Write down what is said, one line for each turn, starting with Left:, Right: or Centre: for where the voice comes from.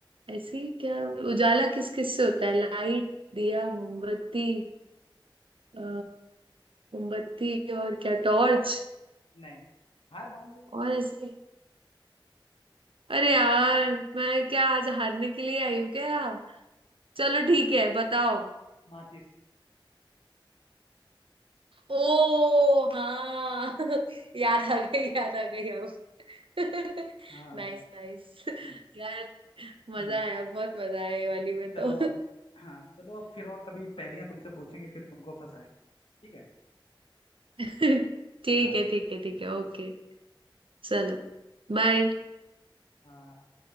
Right: ऐसे ही क्या उजाला किस किस से होता है लाइट दिया मोमबत्ती अ, मोमबत्ती और क्या टॉर्च
Left: नहीं हार मान लो
Right: और ऐसे अरे यार मैं क्या आज हारने के लिए आई हूँ क्या चलो ठीक है बताओ
Left: माचिस
Right: ओ हाँ <laughs> याद आ गई याद आ गई अब <laughs>
Left: हाँ
Right: Nice nice
Left: हाँ,
Right: यार मजा
Left: हम्म।
Right: आया बहुत मजा आया ये वाली में
Left: चलो
Right: तो
Left: अब हाँ चलो अब फिर और कभी पहेलियां तुमसे पूछेंगे फिर तुमको फंसाएंगे ठीक है
Right: <laughs> ठीक
Left: हाँ
Right: है ठीक है ठीक
Left: ठीक,
Right: है ओके
Left: ठीक।
Right: चलो बाय
Left: हाँ